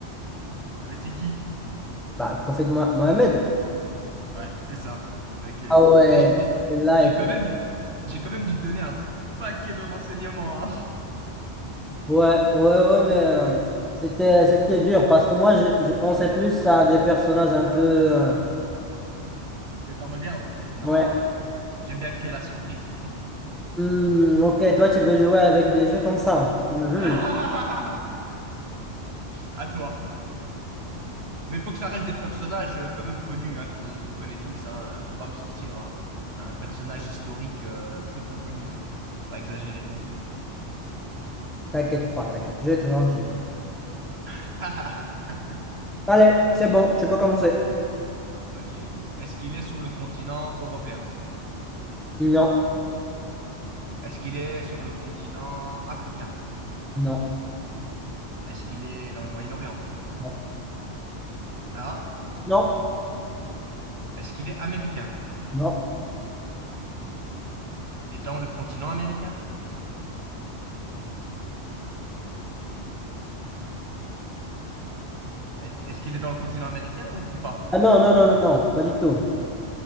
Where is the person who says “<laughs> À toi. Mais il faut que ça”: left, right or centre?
Right